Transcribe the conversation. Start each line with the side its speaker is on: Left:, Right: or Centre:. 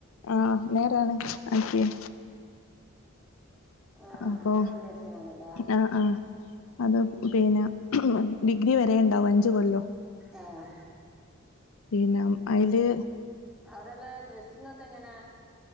Left: ആ നേരാണ് ആക്കിയെ
Centre: ആഹ്
Left: അപൊ
Centre: അങ്ങനെ കൊണ്ടയാക്കിയതാണല്ലേ
Left: ആ ആ അത് പിന്നെ ഡിഗ്രി വരേണ്ടാവും. അഞ്ച് കൊല്ലോ
Centre: ആഹ്
Left: പിന്നെ അയ്ല്
Centre: അവ്ടെള്ള ഡ്രസ്സിങ് ഒക്കെ എങ്ങനേ?